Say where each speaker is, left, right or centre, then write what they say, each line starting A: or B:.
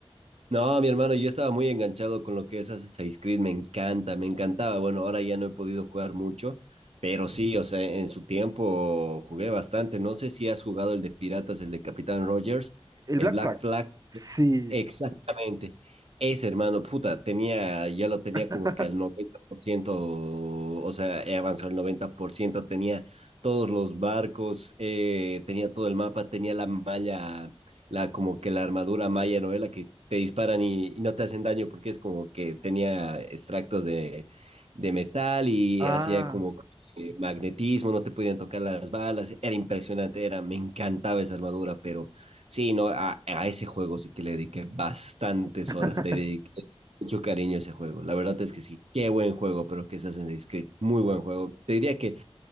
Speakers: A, on the right; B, on the right.
A: No, mi hermano, yo estaba muy enganchado con lo que es Assassin's Creed, me encanta, me encantaba. Bueno, ahora ya no he podido jugar mucho, pero sí, o sea, en su tiempo jugué bastante. No sé si has jugado el de Piratas, el de Capitán Rogers,
B: El
A: el
B: Black
A: Black
B: Flag.
A: Flag.
B: Sí.
A: Exactamente. Ese hermano, puta, tenía, ya lo tenía
B: <laughs>
A: como que al 90%, o sea, he avanzado al 90%, tenía todos los barcos, eh, tenía todo el mapa, tenía la malla la como que la armadura maya, ¿no? La que te disparan y, y no te hacen daño porque es como que tenía extractos de, de metal y
B: Ah.
A: hacía como eh, magnetismo, no te podían tocar las balas, era impresionante, era, me encantaba esa armadura, pero sí, no, a, a ese juego sí que le dediqué bastantes
B: <laughs>
A: horas, te dediqué mucho cariño a ese juego, la verdad es que sí, qué buen juego, pero que se hacen Creed, muy buen juego, te diría que